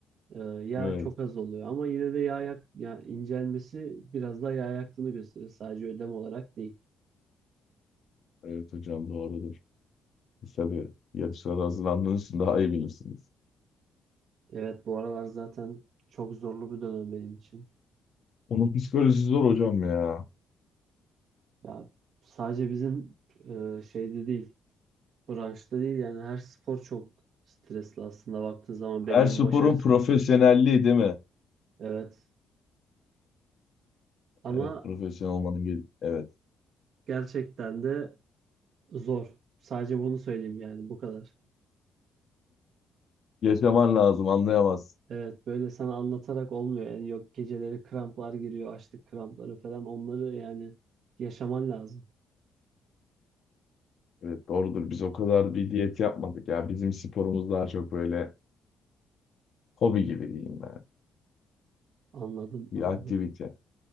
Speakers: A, on the right (about 65°); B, on the left (about 60°).
A: Ee, yağ
B: Evet.
A: çok az oluyor ama yine de yağ yak ya incelmesi biraz daha yağ yaktığını gösterir. Sadece ödem olarak değil.
B: Evet hocam doğrudur. Siz tabii yarışlara hazırlandığınız için daha iyi bilirsiniz.
A: Evet bu aralar zaten çok zorlu bir dönem benim için.
B: Onun psikolojisi zor hocam ya.
A: Ya sadece bizim e, şeyde değil, branşta değil yani her spor çok stresli aslında baktığın zaman belli
B: Her
A: bir
B: sporun
A: başarısı.
B: profesyonelliği değil mi?
A: Evet. Ama
B: Evet profesyonel olmanın bir... Evet.
A: gerçekten de zor. Sadece bunu söyleyeyim yani bu kadar.
B: Yaşaman lazım anlayamaz.
A: Evet böyle sana anlatarak olmuyor. Yani yok geceleri kramplar giriyor, açlık krampları falan onları yani yaşaman lazım.
B: Evet doğrudur. Biz o kadar bir diyet yapmadık ya. Bizim sporumuz daha çok böyle hobi gibi diyeyim
A: Anladım,
B: Bir
A: anladım.
B: aktivite.